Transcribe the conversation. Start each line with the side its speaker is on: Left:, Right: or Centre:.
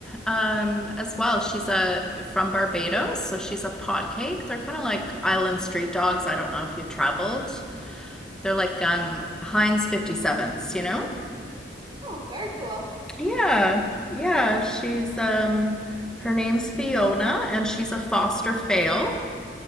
Centre: um, as well. She's a from Barbados, so she's a pot cake. They're kind of like island street dogs. I don't know if you've traveled. They're like um,
Right: No.
Centre: Heinz 57s, you know?
Right: Oh, very cool.
Centre: Yeah, yeah. She's um, her name's Fiona, and she's a foster fail.